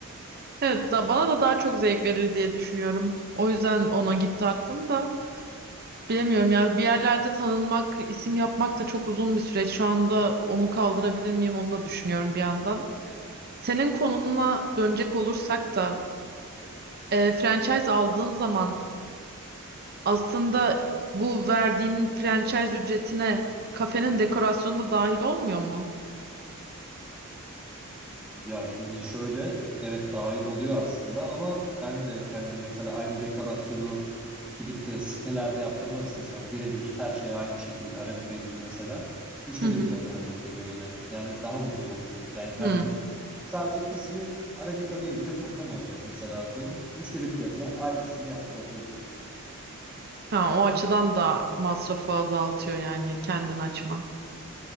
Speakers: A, on the right (about 45°); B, in the centre.
A: Evet da bana da daha çok zevk verir diye düşünüyorum. O yüzden ona gitti aklım da. Bilemiyorum ya bir yerlerde tanınmak, isim yapmak da çok uzun bir süreç. Şu anda onu kaldırabilir miyim onu da düşünüyorum bir yandan. Senin konumuna dönecek olursak da e, franchise aldığın zaman aslında bu verdiğin franchise ücretine kafenin dekorasyonu da dahil olmuyor mu?
B: Ya şimdi şöyle evet dahil oluyor aslında ama ben de kendi mesela aynı dekorasyonu gidip de sitelerde yaptırmak istesem birebir her şey aynı şekilde Arabica gibi mesela üçte
A: Hı hı.
B: bir fiyatına denk geliyor yine. Yani daha ucuz oluyor. Ben kendim
A: Hmm.
B: sadece ismi Arabica değil de Furkan olacak mesela atıyorum. Üçte bir fiyatına aynısını yaptırabiliyorum.
A: Ha, o açıdan da masrafı azaltıyor yani kendin açman.